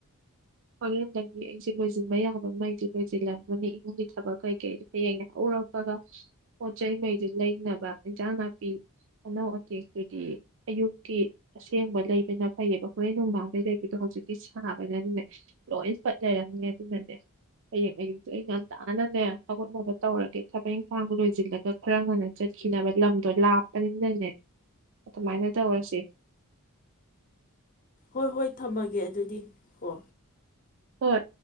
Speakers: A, on the right; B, on the left.
A: ꯍꯣꯔꯦꯟꯗꯒꯤ ꯑꯩꯁꯦ ꯂꯣꯏꯁꯤꯟꯕ ꯌꯥꯕ ꯃꯩ ꯂꯣꯏꯁꯤꯜꯂꯝꯒꯅꯤ ꯏꯃꯨꯡꯒꯤ ꯊꯕꯛ ꯀꯩꯀꯩꯗ ꯍꯌꯦꯡ ꯍꯧ ꯎꯔꯛꯄꯒ ꯄꯣꯠ ꯆꯩꯩꯉꯩꯗꯨ ꯂꯩꯅꯕ ꯏꯟꯁꯥꯡ ꯅꯥꯄꯤ ꯑꯅꯥꯧ ꯑꯇꯦꯛꯇꯨꯗꯤ ꯑꯌꯨꯛꯀꯤ ꯑꯁꯦꯡꯕ ꯂꯩꯕꯅ ꯐꯩꯑꯕ ꯍꯣꯔꯦꯟ ꯅꯨꯡꯕꯥꯡꯗꯩ ꯑꯗꯨꯗꯣ ꯍꯧꯖꯤꯛꯇꯤ ꯁꯥꯕꯗꯅꯦ ꯂꯣꯏ ꯄꯠ ꯂꯩꯔꯝꯅꯦ ꯑꯗꯨꯅꯅꯦ ꯍꯌꯦꯡ ꯑꯌꯨꯛꯇꯣ ꯑꯩ ꯉꯟꯇꯥꯥꯟꯅꯅꯦ ꯍꯧꯒꯠ ꯂꯒꯥ ꯇꯧꯔꯒꯦ ꯊꯕꯛ ꯏꯪꯈꯥꯡꯗ ꯂꯣꯏꯁꯤꯜꯂꯒ ꯈꯔ ꯉꯟꯅ ꯆꯠꯈꯤꯅꯕ ꯂꯝꯗꯣ ꯂꯥꯞꯄꯅꯤꯅꯅꯦ ꯑꯗꯨꯃꯥꯏꯅ ꯇꯧꯔꯁꯤ
B: ꯍꯣꯏ ꯍꯣꯏ ꯊꯝꯃꯒꯦ ꯑꯗꯨꯗꯤ ꯍꯣ
A: ꯍꯣꯏ